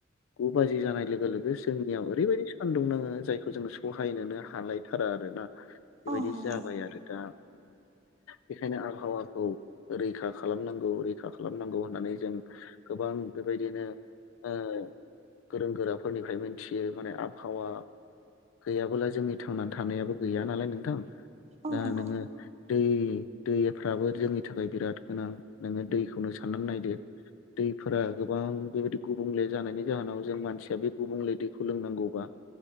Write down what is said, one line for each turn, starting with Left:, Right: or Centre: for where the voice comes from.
Left: गु बाजि जानाय लोगो लोगो जोंनियाव ओरैबायदि सानदुं नाङो जायखौ जोङो सहायनोनो हालायथारा आरोना। बेबायदि
Right: औ नंगौ
Left: जाबाय आरो दा बेखायनो आबहावा औ रैखा खालामनांगौ रैखा खालामनांगौ होननानै जों गोबां बेबायदिनो ओ गोरों गोराफोरनिफ्राय मोनथियो माने आबहावा गैयाब्ला जोंनि थांनानै थानायाबो गैया नालाय नोंथां
Right: औ
Left: दा
Right: नंगौ
Left: नोङो दै दैफ्राबो जोंनि थाखाय बिराद गोनां नोङो दैखौनो साननानै नायदो दैफोरा गोबां बेबायदि गुबुंले जानायनि जाहोनाव जों मानसिया बे गुबुंले दैखौ लोंनांगौबा